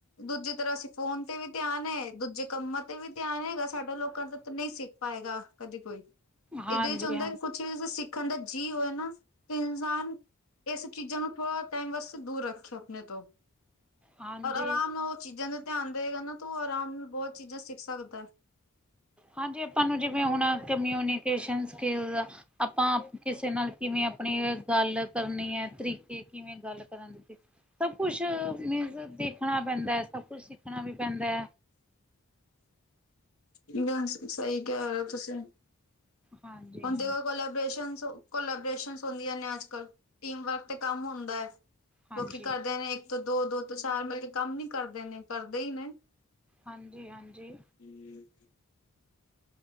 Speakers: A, on the left; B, in the centre.
A: ਦੂਜੀ ਤਰ੍ਹਾਂ ਅਸੀਂ ਫੋਨ ਤੇ ਵੀ ਧਿਆਨ ਏ ਦੂਜੇ ਕੰਮਾਂ ਤੇ ਵੀ ਧਿਆਨ ਹੈਗਾ ਸਾਡਾ ਲੋਕਾਂ ਦਾ ਨਈ ਸੀ ਪਾਏਗਾ ਕਦੇ ਕੋਈ
B: ਹਾਂਜੀ,
A: ਏਦੇ ਚ ਹੁੰਦਾ
B: ਹਾਂ
A: ਕਿ ਚੀਜ਼ ਸਿੱਖਣ ਦਾ ਜੀ ਹੋਏ ਨਾ ਤੇ ਇਨਸਾਨ ਏ ਸਭ ਚੀਜ਼ਾਂ ਨੂੰ ਥੋੜ੍ਹਾ ਟਾਈਮ ਬਸ ਦੂਰ ਰੱਖਿਓ ਆਪਣੇ ਤੋਂ।
B: ਹਾਂਜੀ।
A: ਔਰ ਆਰਾਮ ਨਾਲ ਓ ਚੀਜ਼ਾਂ ਦੇ ਧਿਆਨ ਦੇਏਗਾ ਨਾ ਤੂੰ ਆਰਾਮ ਨਾਲ ਬਹੁਤ ਚੀਜ਼ਾਂ ਸਿੱਖ ਸਕਦਾ।
B: ਹਾਂਜੀ, ਆਪਾਂ ਨੂੰ ਜਿਵੇਂ ਹੁਣ ਕਮਿਊਨੀਕੇਸ਼ਨ ਸਕਿੱਲਸ ਆ। ਆਪਾਂ ਕਿਸੇ ਨਾਲ ਕਿਵੇਂ ਆਪਣੀ ਗੱਲ ਕਰਨੀ ਐ ਤਰੀਕੇ ਕਿਵੇਂ ਗੱਲ ਕਰਨ ਦੇ ਸਭ ਕੁਛ ਮੀਨਸ ਦੇਖਣਾ ਪੈਂਦਾ ਸਭ ਕੁਛ ਸਿੱਖਣਾ ਵੀ ਪੈਂਦਾ।
A: ਬਸ ਸਹੀ ਕਹਿ ਰਹੇ ਓ ਤੁਸੀਂ।
B: ਹਾਂਜੀ,
A: ਹੁਣ
B: ਹਾਂਜੀ,
A: ਦਿਓ। ਕੋਲਾਬ੍ਰੇਸ਼ਨ-ਕੋਲਾਬਰੇਸ਼ਨ ਹੁੰਦੀਆਂ ਨੇ ਅੱਜਕੱਲ੍ਹ ਟੀਮ ਵਰਕ ਤੇ ਕੰਮ ਹੁੰਦਾ ਹੈ।
B: ਹਾਂਜੀ,
A: ਲੋਕੀ ਕਰਦੇ ਨੇ ਇੱਕ ਤੋਂ ਦੋ, ਦੋ ਤੋਂ ਚਾਰ ਮਤਲਬ ਕੇ ਕੰਮ ਨੀ ਕਰਦੇ ਨੇ ਕਰਦੇ ਈ ਨੇ।
B: ਹਾਂਜੀ-ਹਾਂਜੀ।
A: ਹੂੰ।